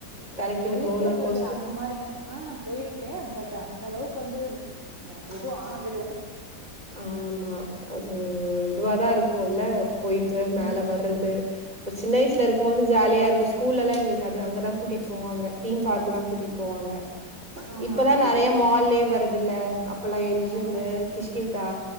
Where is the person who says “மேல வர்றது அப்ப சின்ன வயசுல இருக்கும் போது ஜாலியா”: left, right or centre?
Right